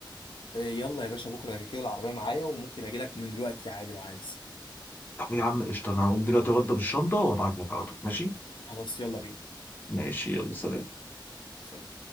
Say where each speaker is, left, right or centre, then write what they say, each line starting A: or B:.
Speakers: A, on the left; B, on the left.
A: آه، يلا يا باشا بكره كده العربيه معايا وممكن اجي لك من دلوقتي عادي لو عايز
B: طب يا عم قشطه انا هقوم دلوقتي اوضب الشنطه وابعت لك على طول ماشي
A: خلاص يلا بينا
B: ماشي يلا سلام
A: سلام